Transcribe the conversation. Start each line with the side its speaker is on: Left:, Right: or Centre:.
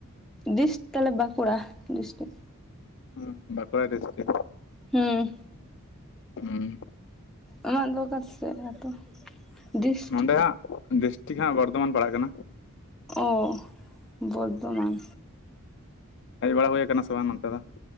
Centre: ᱰᱤᱥ ᱛᱟᱦᱞᱮ ᱵᱟᱸᱠᱩᱲᱟ ᱰᱤᱥᱴᱤᱠ᱾
Left: ᱦᱩᱸ ᱵᱟᱸᱠᱩᱲᱟ ᱰᱤᱥᱴᱤᱠ᱾
Centre: ᱦᱩᱸ᱾
Left: ᱦᱩᱸ᱾
Centre: ᱟᱢᱟᱜ ᱫᱚ ᱚᱠᱟ ᱥᱮᱫ ᱟᱛᱳ ᱫᱤᱥᱴ
Left: ᱱᱚᱸᱰᱮ ᱦᱟᱸᱜ ᱰᱤᱥᱴᱤᱠ ᱦᱟᱸᱜ ᱵᱚᱨᱫᱷᱚᱢᱟᱱ ᱯᱟᱲᱟᱜ ᱠᱟᱱᱟ᱾
Centre: ᱚ ᱵᱚᱨᱫᱷᱚᱢᱟᱱ᱾
Left: ᱦᱮᱡ ᱵᱟᱲᱟ ᱦᱩᱭᱩ ᱟᱠᱟᱱᱟ ᱥᱮ ᱵᱟᱝ ᱱᱚᱛᱮ ᱫᱚ?